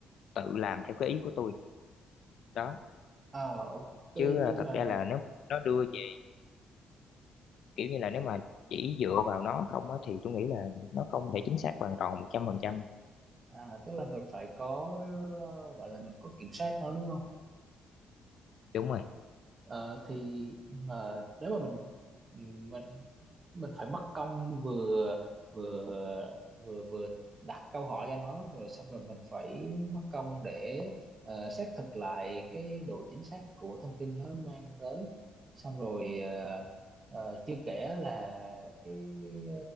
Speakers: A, on the left; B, on the right.
A: tự làm theo cái ý của tôi đó
B: Ờ ok
A: chứ
B: nhưng
A: à, thật
B: mà
A: ra là nếu nó đưa về kiểu như là nếu mà chỉ dựa vào nó không á thì tôi nghĩ là nó không thể chính xác hoàn toàn một trăm phần trăm
B: à, tức là mình phải có gọi là mình có kiểm soát nó đúng không
A: đúng rồi
B: Ờ, thì mà nếu mà mình mình mình phải mất công vừa vừa vừa vừa đặt câu hỏi cho nó rồi xong rồi mình phải mất công để ờ, xác thực lại cái độ chính xác của thông tin nó mang tới xong rồi ờ, ờ, chưa kể là cái, cái